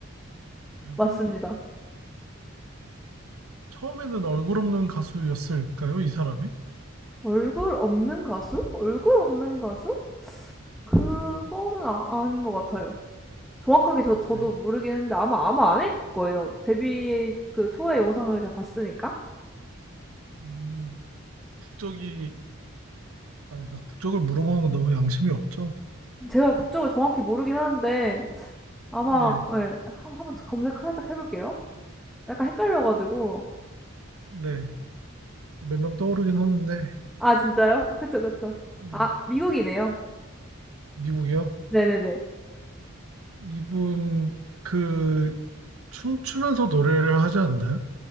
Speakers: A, on the right; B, in the centre.
A: 그리고
B: 맞습니다.
A: 처음에는 얼굴 없는 가수였을까요? 이 사람이?
B: 얼굴 없는 가수? 얼굴 없는 가수? 그거는 아, 아닌 것 같아요. 정확하게 저,
A: 아,
B: 저도
A: 그래요?
B: 모르긴 했는데 아마, 아마 아닐 거예요. 데뷔 그 투어의 영상을 제가 봤으니까.
A: 음, 국적이, 아니, 나 국적을 물어보는 건 너무 양심이 없죠?
B: 제가 국적을 정확히 모르긴 하는데 아마
A: 네,
B: 예. 한 한번 검색 살짝 해 볼게요. 약간 헷갈려 가지고.
A: 네. 몇 명 떠오르긴 하는데,
B: 아 진짜요? 그쵸, 그쵸.
A: 네.
B: 아 미국이네요.
A: 미국이요?
B: 네네네.
A: 이분, 그, 춤추면서 노래를 하지 않나요?